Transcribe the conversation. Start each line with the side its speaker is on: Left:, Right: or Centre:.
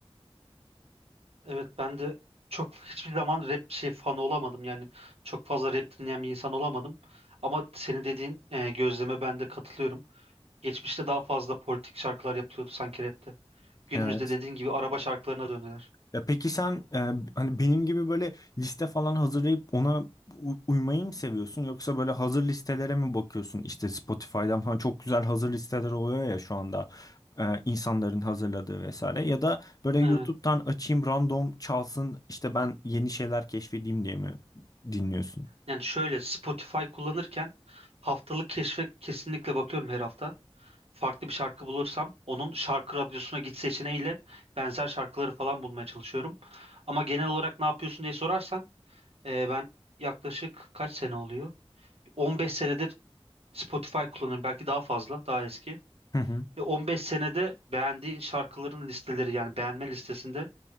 Right: Evet ben de çok <laughs> hiçbir zaman rap şey fanı olamadım. Yani çok fazla rap dinleyen bir insan olamadım. Ama senin dediğin e, gözleme ben de katılıyorum. Geçmişte daha fazla politik şarkılar yapılıyordu sanki rapte. Günümüzde
Left: Evet.
Right: dediğin gibi araba şarkılarına döndüler.
Left: Ya peki sen e, hani benim gibi böyle liste falan hazırlayıp ona u- uymayı mı seviyorsun yoksa böyle hazır listelere mi bakıyorsun? İşte Spotify'dan falan çok güzel hazır listeler oluyor ya şu anda e, insanların hazırladığı vesaire ya da böyle YouTube'dan
Right: Evet.
Left: açayım random çalsın işte ben yeni şeyler keşfedeyim diye mi dinliyorsun?
Right: Yani şöyle Spotify kullanırken haftalık keşfe kesinlikle bakıyorum her hafta. farklı bir şarkı bulursam onun şarkı radyosuna git seçeneğiyle benzer şarkıları falan bulmaya çalışıyorum. Ama genel olarak ne yapıyorsun diye sorarsan e, ben yaklaşık kaç sene oluyor? 15 senedir Spotify kullanıyorum. Belki daha fazla, daha eski.
Left: Hı hı.
Right: Ve 15 senede beğendiğin şarkıların listeleri yani beğenme listesinde